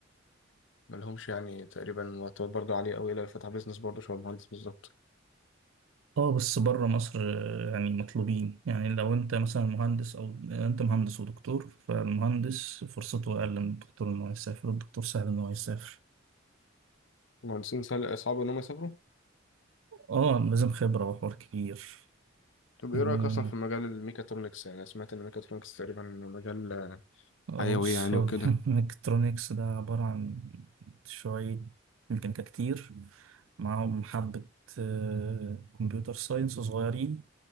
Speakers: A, on the left (about 70°); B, on the right (about 85°).
A: مالهمش يعني تقريبا وقتات برضه عالية أوي إلا اللي فتح بيزنس برضه شبه المهندس بالظبط
B: اه بس بره مصر آه، يعني مطلوبين يعني لو انت مثلا مهندس او انت مهندس ودكتور فالمهندس فرصته اقل من الدكتور ان هو يسافر الدكتور سهل ان هو يسافر
A: المهندسين سهل- صعب إن هم يسافروا
B: اه لازم خبرة وحوار كبير
A: طب
B: مم،
A: إيه رأيك أصلا في مجال الميكاترونكس يعني أنا سمعت إن الميكاترونكس تقريبا مجال
B: اه
A: حيوي
B: بص
A: يعني
B: هو
A: وكده
B: <laughs> الالكترونيكس ده عبارة عن شوية ميكانيكا كتير معاهم حبة آه، كمبيوتر ساينس صغيرين